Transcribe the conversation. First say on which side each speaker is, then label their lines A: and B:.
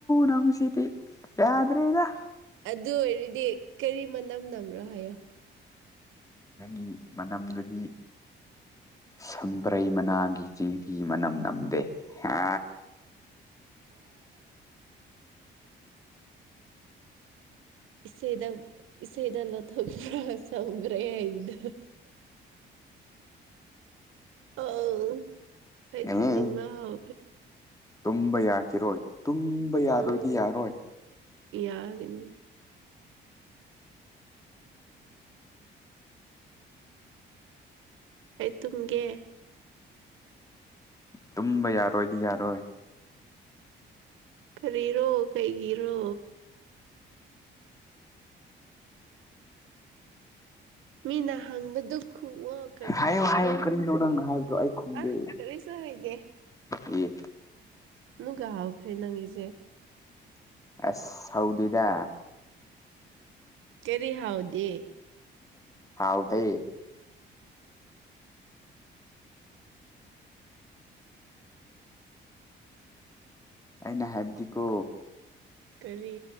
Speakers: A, on the left; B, on the right.
A: ꯅꯪꯁꯤꯗꯤ ꯌꯥꯗ꯭ꯔꯦꯗ
B: ꯑꯗꯨ ꯑꯣꯏꯔꯗꯤ ꯀꯔꯤ ꯃꯅꯝ ꯅꯝ꯭ꯔꯣ ꯍꯥꯏꯌꯣ
A: ꯅꯪꯒꯤ ꯃꯅꯝꯗꯗꯤ ꯁꯝꯕ꯭ꯔꯩ ꯃꯅꯥꯒꯤ ꯆꯦꯒꯤ ꯃꯅꯝ ꯅꯝꯗꯦ ꯍꯥ
B: ꯏꯩꯗ ꯏ ꯏꯁꯩꯩꯗ ꯂꯣ ꯊ꯭ꯔ ꯁꯝꯕ꯭ꯔꯦ ꯏꯗ ꯑꯥꯎ ꯑꯩ ꯇꯅꯤꯡꯕ
A: ꯎꯝ
B: ꯑ
A: ꯇꯨꯝꯕ ꯌꯥꯈꯤꯔꯣꯏ ꯇꯨꯝꯕ ꯌꯥꯔꯣꯏꯗꯤ
B: ꯎꯝ
A: ꯌꯥꯔꯣꯏ
B: ꯌꯥꯒꯅꯤ ꯑꯩ ꯇꯨꯝꯒꯦ
A: ꯇꯨꯝꯕ ꯌꯥꯔꯣꯏꯗꯤ ꯌꯥꯔꯣꯏ
B: ꯀꯔꯤꯔꯣ ꯀꯩꯒꯤꯔꯣ ꯃꯤꯅ ꯍꯪꯕꯗꯨ ꯈꯨꯉ
A: ꯍꯥꯏꯌꯣ ꯍꯥꯏꯌꯣ ꯀꯔꯤꯅꯣ ꯅꯪꯅꯣ ꯍꯥꯏꯕꯗꯣ ꯑꯩ ꯈꯨꯝꯗꯦ
B: ꯑ ꯀꯔꯤꯁꯨ ꯍꯩꯗꯦ
A: ꯑꯦ
B: ꯒꯥ ꯍꯧꯈ꯭ꯔꯦ ꯅꯪꯉꯁꯦ
A: ꯑꯁ ꯍꯥꯎꯗꯗ
B: ꯀꯦꯔꯤ ꯍꯥꯎꯗꯦ
A: ꯍꯥꯎ ꯇꯩ ꯑꯩꯅ ꯍꯥꯏꯕꯗꯤꯀꯣ
B: ꯀꯔꯤ